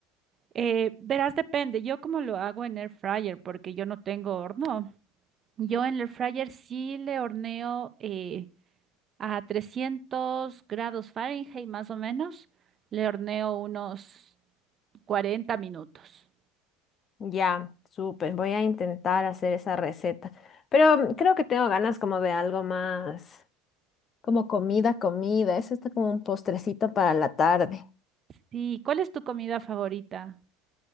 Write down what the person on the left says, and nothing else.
Ya, súper. Voy a intentar hacer esa receta. Pero mm, creo que tengo ganas como de algo más, como comida, comida. Eso está como un postrecito para la tarde.